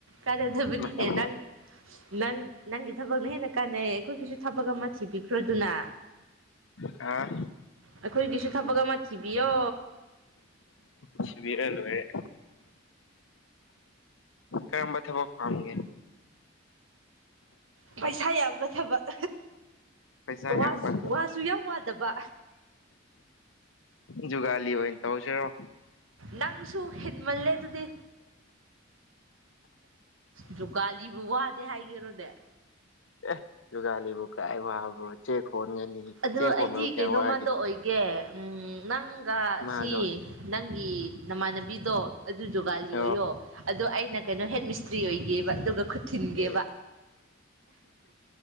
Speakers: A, on the right; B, on the left.
A: ꯀꯥꯔꯗꯕꯅꯤꯅꯦ
B: ꯃꯇꯝ
A: ꯅꯪꯒꯤ ꯅꯪ ꯅꯪꯒꯤ ꯊꯕꯛꯅ ꯍꯦꯟꯅ ꯀꯥꯟꯅꯩꯌꯦ ꯑꯩꯈꯣꯏꯒꯤꯁꯨ ꯊꯕꯛ ꯑꯃ ꯊꯤꯕꯤꯈ꯭ꯔꯣꯗꯅ
B: ꯈꯔ
A: ꯑꯩꯈꯣꯏꯒꯤꯁꯨ ꯊꯕꯛ ꯑꯃ ꯊꯤꯕꯤꯌꯣ
B: ꯊꯤꯕꯤꯔ ꯂꯣꯏꯔꯦ ꯀꯔꯝꯕ ꯊꯕꯛ ꯄꯥꯝꯒꯦ
A: ꯄꯩꯁꯥ ꯌꯥꯝꯕ ꯊꯕꯛ
B: ꯄꯩꯁꯥ
A: ꯋꯥ
B: ꯌꯥꯝꯕ ꯊꯕꯛ
A: ꯋꯥꯁꯨ ꯌꯥꯝ ꯋꯥꯗꯕ
B: ꯖꯨꯒꯥꯂꯤ ꯑꯣꯏ ꯇꯧꯁꯤꯔꯣ
A: ꯅꯪꯁꯨ ꯍꯦꯟꯃꯜꯂꯦ ꯑꯗꯨꯗꯤ ꯖꯨꯒꯥꯂꯤꯕꯨ ꯋꯥꯗꯦ ꯍꯥꯏꯒꯦꯔꯣꯅꯦ
B: ꯑꯦ ꯖꯨꯒꯥꯂꯤꯕꯨ ꯀꯥꯏ ꯋꯥꯕ꯭ꯔꯣ ꯆꯦꯛ ꯍꯣꯟꯒꯅꯤ
A: ꯑꯗꯨ
B: ꯆꯦꯛ
A: ꯑꯩꯗꯤ
B: ꯍꯣꯟꯕꯕꯨ ꯀꯌꯥ
A: ꯀꯩꯅꯣꯃꯗ
B: ꯋꯥꯒꯦ
A: ꯑꯣꯏ ꯒꯦ ꯅꯪꯒ
B: ꯃꯍꯥꯖꯣꯟ
A: ꯁꯤ ꯅꯪꯒꯤ ꯅꯃꯥꯟꯅꯕꯤꯗꯣ ꯑꯗꯨ ꯖꯣꯒꯥꯜꯂꯤ
B: ꯑꯣ
A: ꯑꯣꯏꯌꯣ ꯑꯗꯣ ꯑꯩꯅ ꯀꯩꯅꯣ ꯍꯦꯠ ꯃꯤꯁꯇ꯭ꯔꯤ ꯑꯣꯏꯒꯦꯕ ꯑꯗꯨꯒ ꯈꯨꯠ ꯊꯤꯟꯒꯦꯕ
B: ꯑꯦ